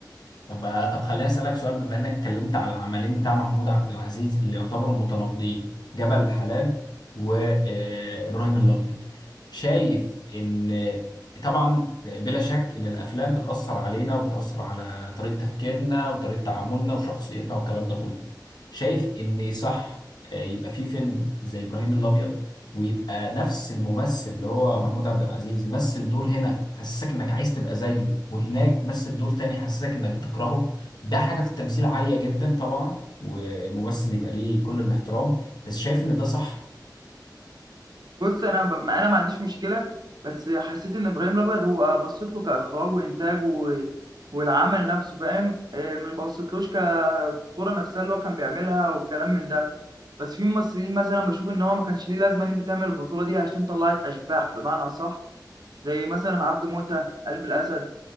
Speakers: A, on the left; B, on the right.
A: طب طب خليني اسالك سؤال بما انك اتكلمت على العملين بتاع محمود عبد العزيز اللي يعتبروا متناقضين جبل الحلال وابراهيم الابيض شايف ان طبعا بلا شك ان الافلام بتاثر علينا وبتاثر على طريقه تفكيرنا وطريقه تعاملنا وشخصيتنا والكلام ده كله شايف ان صح آه، يبقى في فيلم زي ابراهيم الابيض ويبقى نفس الممثل اللي هو محمود عبد العزيز مثل دور هنا حسسك انك عايز تبقى زيه وهناك مثل دور تاني حسسك انك بتكرهه ده حاجة في التمثيل عالية جدا طبعا والممثل يبقى ليه كل الاحترام بس شايف ان ده صح
B: بص انا ب... انا ما عنديش مشكله بس حسيت ان ابراهيم الابيض هو بصيت له كاخراج وانتاج و... والعمل نفسه فاهم آه، ما بصيتلوش كالخطوره نفسها اللي هو كان بيعملها والكلام من ده بس في ممثلين مثلا بشوف ان هو ما كانش ليه لازمه ان انت تعمل البطوله دي عشان طلعت اشباح بمعنى صح زي مثلا عبد موته قلب الاسد